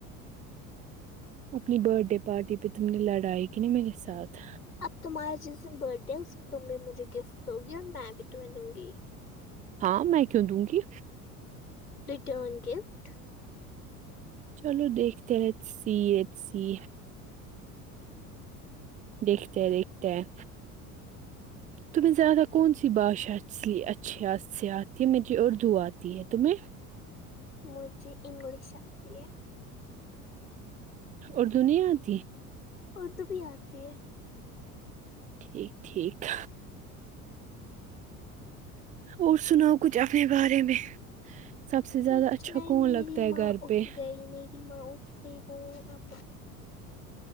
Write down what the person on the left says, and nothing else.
اب تمہارے جس دن برتھ ڈے ہے اسس دن تم بھی مجھے گفٹ دوگی اور میں بھی تمہیں دوں گی
ریٹرن گفٹ
مجھے انگلش آتی ہے
اردو بھی آتی ہے
کچھ
نہیں
میری
ماں
اٹھ
گئی میری ماں اٹھ گئی وہ اب